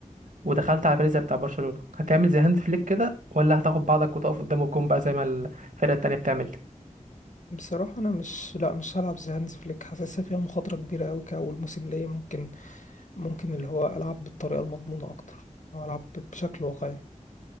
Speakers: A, on the right; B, on the left.
A: ودخلت على الفريق زي بتاع برشلونة هتعمل زي هانز فليك كده ولا هتاخد بعضك وتقف قدام الجون بقى زي ما الفرقة التانية بتعمل
B: بصراحة أنا مش لأ مش هلعب زي هانز فليك حاسسها فيها مخاطرة كبيرة أوي كأول موسم ليا ممكن ممكن اللي هو ألعب بالطريقة المضمونة أكتر أو ألعب بشكل واقعي